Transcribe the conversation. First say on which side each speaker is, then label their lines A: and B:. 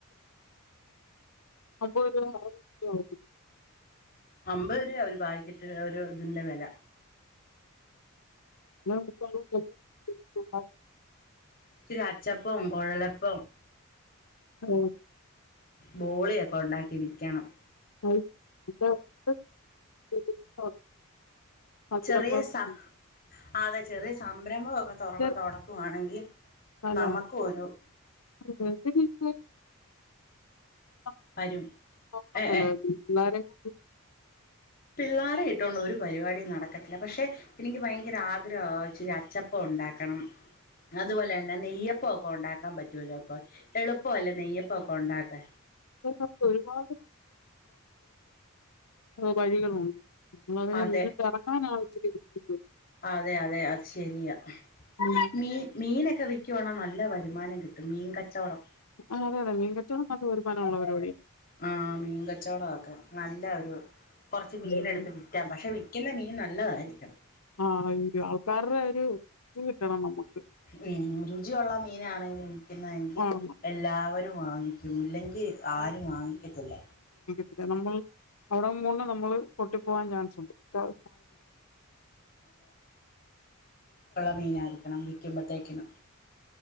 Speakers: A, on the left; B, on the left.
A: അപ്പം ഒര് <unintelligible>
B: അമ്പത് രൂപ ഒരു പാക്കറ്റ് ഒരു ഇതിന്റെ വില
A: <unintelligible>
B: ഇരി അച്ചപ്പവും കുഴലപ്പവും
A: ആം
B: ബോളിയൊക്കെ ഉണ്ടാക്കി വി <unintelligible>
A: <unintelligible> <unintelligible>
B: ചെറിയ സ അതെ ചെറിയ സംരംഭം <unintelligible>
A: ഇത്
B: തുടക്കുവാണെങ്കിൽ
A: അല്ല
B: നമുക്ക ഒരു
A: അത് എന്തെങ്കിലുമൊക്കെ <unintelligible>
B: വരും ഏ പിള്ളോര ഇട്ടുകൊണ്ട് ഒരു പരിപാടി നടക്കത്തില്ല പക്ഷെ എനിക്ക് ഭയങ്കര ആഗ്രഹ ഇച്ചിരി അച്ചപ്പ ഉണ്ടാക്കണം അതുപോലെന്നെ പിെ നെയ്യപ്പ ഒക്കെ ഉണ്ടാക്കാൻ പറ്റൂലോ ഇപ്പൊ എളുപ്പ അല്ല നെയ്യപ്പ ഒക്കെ ഉണ്ടാക്കാ
A: ന ഒരുപാട് വഴികളുണ്ട് <unintelligible>
B: അതെ
A: <unintelligible>
B: അതെ അതെ അത് ശെരിയ
A: ഉം.
B: മീ മീനൊക്കെ വി ക്ക്യാണ നല്ല വരുമാനം കിട്ടും മീൻ കച്ചോടം
A: ആ്തെ അതെ മീങ്ങ കച്ചോടം അത് വരുമാനമ ഉുള്ളവര കൂടി
B: ആഹ മീൻകച്ചോടക്കെ നല്ല ഒരു കുറച്ച് മീന
A: ഉം.
B: എടുത്ത് വിറ്റാം പക്ഷെ വിൽക്കുന്ന മീൻ നല്ലതായിരിക്കണം
A: ആഹ് അയ്യോ ആൾക്കാരുടെ ഒരു ഇത് കിട്ടണം നമുക്ക്.
B: ഉം രുചിയുള്ള മീനാണെങ്കിലും <unintelligible>
A: വാങ്ങണം
B: എല്ലാവരും ആ ഇല്ലെങ്കിൽ ആരും വാങ്ങിക്കത്തില്ല
A: പിന്നെ നമ്മൾ അവിടെ മുന്ന നമ്മൾ പൊട്ടി പോകാൻ ചാൻസ് ഉണ്ട് സ
B: മീനരിക്കണം വിക്ക്പോത്തേക്കിനും